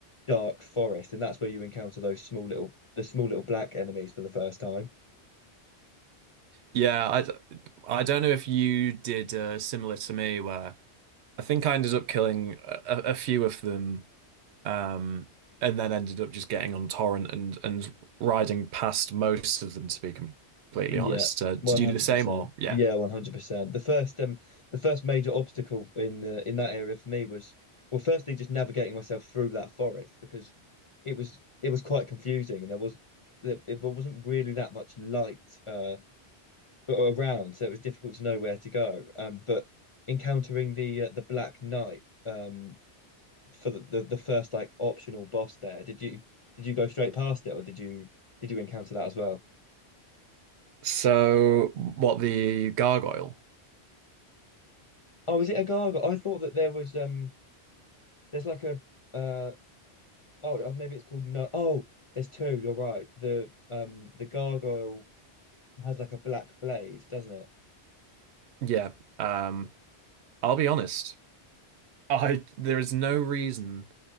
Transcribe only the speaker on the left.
dark forest, and that's where you encounter those small little the small little black enemies for the first time.
Yeah,
one hundred
percent.
Yeah, one hundred percent. The first um the first major obstacle in the in that area for me was well, firstly just navigating myself through that forest because it was it was quite confusing and there was there, there wasn't really that much light uh but around, so it was difficult to know where to go. Um, but encountering the uh, the Black Knight um for the, the the first like optional boss there, did you did you go straight past it or did you did you encounter that as well?
Oh, is it a gargoyle? I thought that there was um there's like a uh oh uh, maybe it's called no oh there's two. You're right. The um the gargoyle has like a black blade, doesn't it?